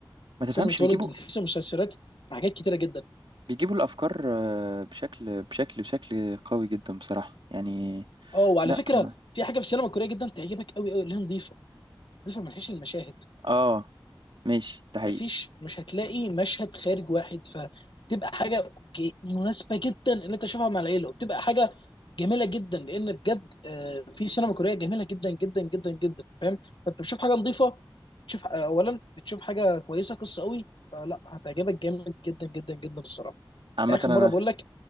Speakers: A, on the right (about 85°); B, on the left (about 75°).
A: ما تفهمش
B: سينما اتولد
A: بيجيبوا
B: من حيث المسلسلات في حاجات كتيره جدا
A: بيجيبوا الافكار آه، بشكل بشكل بشكل قوي جدا بصراحة يعني
B: اه وعلى
A: لا
B: فكره
A: ما.
B: في حاجه في السينما الكوريه جدا تعجبك قوي قوي اللي هي نظيفه نظيفه من حيث المشاهد
A: اه ماشي ده حقيقي
B: مفيش مش هتلاقي مشهد خارج واحد فتبقى حاجه ج- مناسبه جدا ان انت تشوفها مع العيله وبتبقى حاجه جميله جدا لان بجد آه، في سينما كوريه جميله جدا جدا جدا جدا فاهم فانت بتشوف حاجه نظيفه تشوف آه، اولا بتشوف حاجه كويسه قصه قوي فلا هتعجبك جامد جدا جدا جدا الصراحه
A: عامة
B: لاخر
A: انا
B: مره بقول لك